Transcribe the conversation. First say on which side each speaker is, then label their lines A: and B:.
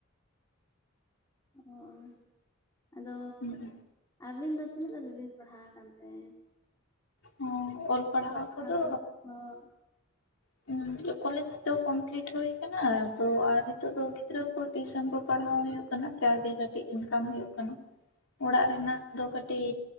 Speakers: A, on the left (about 15°); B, on the left (about 70°).
A: ᱚ ᱟᱫᱚ,
B: <inaudible>
A: ᱟᱵᱤᱱ ᱫᱚ ᱛᱤᱱᱟᱹᱜ ᱫᱷᱟᱵᱤᱡ ᱵᱤᱱ ᱯᱟᱲᱦᱟᱣ ᱟᱠᱟᱱ ᱛᱮ?
B: ᱦᱚᱸ ᱚᱞ
A: ᱚᱞᱚᱜ ᱯᱟᱲᱦᱟᱣ
B: ᱠᱚᱫᱚ
A: ᱫᱚ <unintelligible>
B: <unintelligible> ᱠᱚᱞᱮᱡᱽ ᱫᱚ ᱠᱚᱢᱯᱞᱤᱴ ᱦᱩ ᱟᱠᱟᱱᱟ ᱟᱫᱚ ᱟᱨ ᱱᱤᱛᱚᱜ ᱫᱚ ᱜᱤᱫᱽᱨᱟᱹ ᱠᱚ ᱴᱤᱭᱩᱥᱚᱱ ᱠᱚ ᱯᱟᱲᱦᱟᱣ ᱦᱩᱭᱩᱜ ᱠᱟᱱᱟ, ᱡᱟᱜᱮ ᱠᱟᱹᱴᱤᱡ ᱤᱱᱠᱟᱢ ᱦᱩᱭᱩᱜ ᱠᱟᱱᱟ᱾ ᱚᱲᱟᱜ ᱨᱮᱱᱟᱜ ᱫᱚ ᱠᱟᱹᱴᱤᱡ